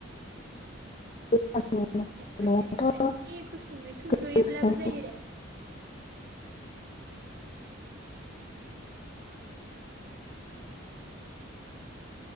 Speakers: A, on the left; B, on the right.
A: बैसागु
B: ए फोरमायनाय
A: फालिनायाथ'
B: एसे गुसुङै
A: गोदोनिफ्रायनो
B: सुंद'योब्लाबो जायो दे